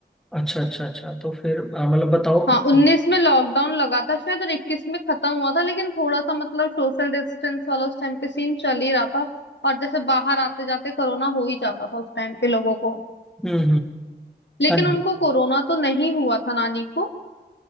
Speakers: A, in the centre; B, on the left.
A: अच्छा अच्छा अच्छा तो फिर हाँ, मतलब बताओ
B: हाँ
A: फिर
B: 19 में लॉकडाउन लगा था शायद और 21 में खत्म हुआ था लेकिन थोड़ा सा मतलब सोशल डिस्टेंस वाला उस टाइम पे सीन चल ही रहा था और जैसे बाहर आते जाते कोरोना हो ही जाता था उस टाइम पे लोगों को
A: हम्म
B: लेकिन
A: हम्म
B: उनको कोरोना तो नहीं हुआ था नानी को